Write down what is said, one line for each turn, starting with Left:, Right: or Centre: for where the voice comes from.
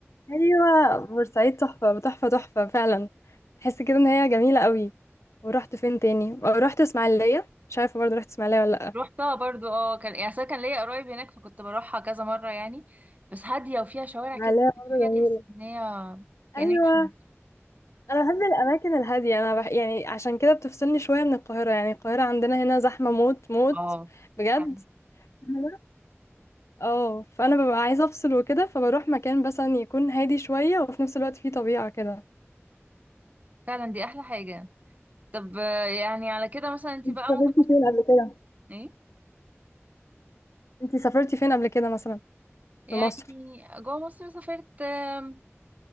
Left: أيوة بورسعيد تحفة تحفة تحفة فعلا تحس كده إن هي جميلة قوي ورحت فين تاني آه، رحت إسماعيلية مش عارفة برضه رحت إسماعيلية ولا لأ
Right: روحتها برضو اه كان يعني أصل كان ليا قرايب هناك فكنت بروحها كذا مرة يعني بس هادية وفيها شوارع
Left: إسماعيلية
Right: كده تمشي
Left: برضه
Right: فيها
Left: جميلة
Right: تحس ان هي كأنها
Left: ايوه
Right: مش من-
Left: انا بحب الاماكن الهاديه انا بح... يعني عشان كده بتفصلني شويه من القاهره يعني القاهره عندنا هنا زحمه موت موت
Right: اه
Left: بجد
Right: فعلا
Left: مهم. اه فانا ببقى عايزه افصل وكده فبروح مكان مثلا يكون هادي شويه وفي نفس الوقت فيه طبيعه كده
Right: فعلا دي احلى حاجة طب آه، يعني على كده مثلا انت
Left: انت
Right: بقى
Left: سافرتي
Right: ممكن
Left: فين قبل كده
Right: ايه
Left: انتي سافرتي فين قبل كده مثلا
Right: يعني
Left: في مصر
Right: جوه مصر سافرت آم،